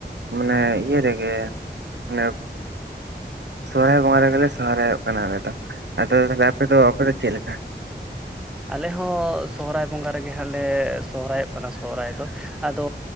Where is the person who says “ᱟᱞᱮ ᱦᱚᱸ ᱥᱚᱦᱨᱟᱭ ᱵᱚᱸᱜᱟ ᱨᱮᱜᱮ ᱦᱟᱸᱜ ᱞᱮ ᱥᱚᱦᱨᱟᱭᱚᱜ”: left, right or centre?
Centre